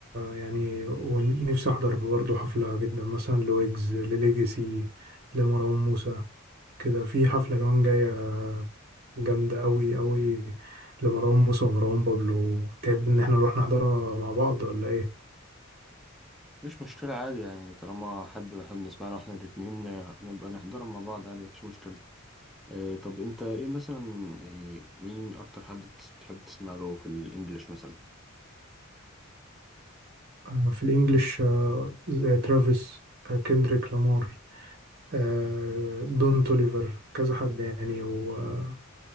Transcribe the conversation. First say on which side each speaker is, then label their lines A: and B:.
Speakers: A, on the right; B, in the centre.
A: يعني ونفسي أحضر برضه حفلة جدا مثلا لويجز لليجاسي لمروان موسى كده في حفلة كمان جاية جامدة قوي قوي لمروان موسى ومروان بابلو تحب إن احنا نروح نحضرها مع بعض ولا إيه؟
B: مفيش مشكلة عادي يعني طالما حد بيحب نسمعها واحنا الاتنين آه، نبقى نحضرها مع بعض عادي مفيش مشكلة آه طب انت ايه مثلا يعني مين اكتر حد بتس- بتحب تسمع له في الانجليش مثلا
A: آه في الإنجليش آه زي ترافيس آه كندريك لامار آه، دون توليفر كذا حد يعني ونفسي